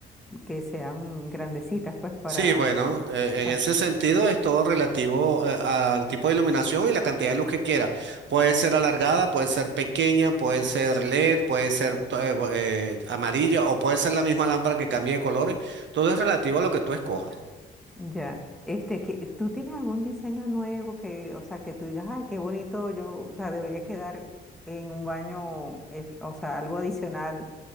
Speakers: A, in the centre; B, on the right (about 65°).
A: que sean grandecitas, pues, para,
B: Sí, bueno, eh,
A: para
B: en ese sentido es todo relativo eh, al tipo de iluminación y la cantidad de luz que quieras. Puede ser alargada, puede ser pequeña, puede ser LED, puede ser to- eh, bo- eh, amarilla o puede ser la misma lámpara que cambie de colores. Todo es relativo a lo que tú escojas.
A: Ya, este, que, ¿tú tienes algún diseño nuevo que, o sea, que tú digas, ay, qué bonito, yo, o sea, debería quedar en un baño, eh, o sea, algo adicional?